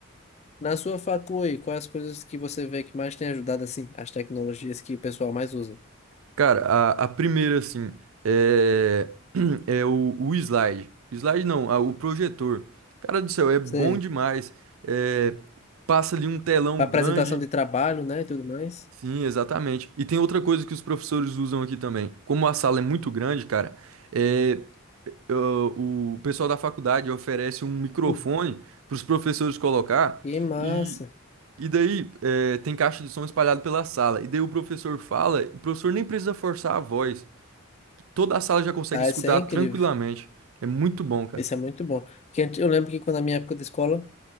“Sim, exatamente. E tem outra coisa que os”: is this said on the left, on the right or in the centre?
Right